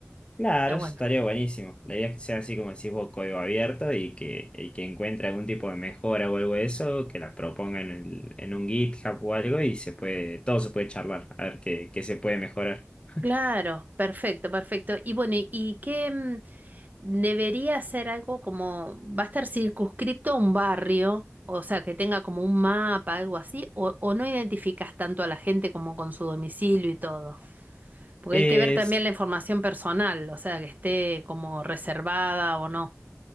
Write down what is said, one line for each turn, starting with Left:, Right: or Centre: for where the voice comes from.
Left: Claro,
Right: Ah, bueno,
Left: eso estaría buenísimo. La idea es que sea así como decís vos, código abierto y que el que encuentre algún tipo de mejora o algo de eso, que la proponga en, el- en un GitHub o algo y se puede, todo se puede charlar, a ver qué, qué se puede mejorar. <laughs>
Right: claro, perfecto, perfecto. Y bueno, ¿y, y qué mm, debería ser algo como, va a estar circunscripto a un barrio? O sea, que tenga como un mapa, algo así, o, o no identificas tanto a la gente como con su domicilio y todo. Porque
Left: Es
Right: hay que ver también la información personal, o sea, que esté como reservada o no,